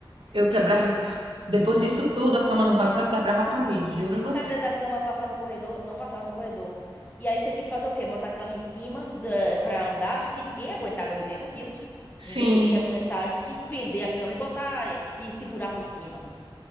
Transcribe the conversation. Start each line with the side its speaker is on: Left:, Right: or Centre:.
Right: Eu quebrava. <laughs> Depois disso tudo, a cama não passava, eu quebrava a parede, juro a você.
Left: Cadê da cama passar no corredor? Não passava no corredor. E aí você tinha que fazer o quê? Botar a cama em cima da- pra andar, só que ninguém aguentava 80 quilos.
Right: Sim,
Left: Ninguém iria aguentar de suspender a cama e botar e, e segurar por cima